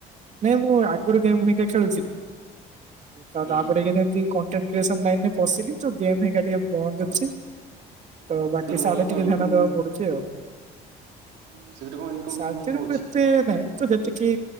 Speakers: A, on the right (about 45°); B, on the right (about 85°).
A: ନାଇଁ ମୁଁ ଆଗରୁ ଗେମ୍ ଭିନେ ଖେଳୁ ଥିଲି। ତ
B: ହୁଁ
A: ତାପରେ ଯେମିତି କଣ୍ଟେଣ୍ଟ କ୍ରିଏସନ ଲାଇନ ରେ ପଶିଲି ତ ଗେମ୍ ହେଇ ଟିକେ ବନ୍ଦ
B: ହଁ
A: ଅଛି ତ
B: ସେଥିରୁ
A: ବାକି ସାଆଡେ
B: ଭଲ କଣ
A: ଟିକେ
B: ଇନକମ
A: ଧ୍ୟାନ ଦବାକୁ ପଡୁଛି ଆଉ।
B: ହଁ ସେଥିରେ କଣ ଇନକମ
A: ସାରେ
B: ଫିନକମ
A: ଥିମିରେ
B: ହଉଛି
A: ନାଇଁ ତ ଯେତିକି